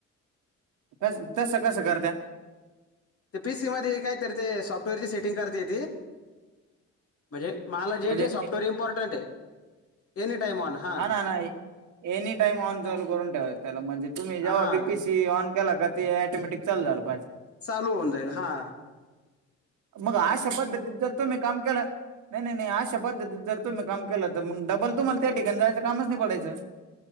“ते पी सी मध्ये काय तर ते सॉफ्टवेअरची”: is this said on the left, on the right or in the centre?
Left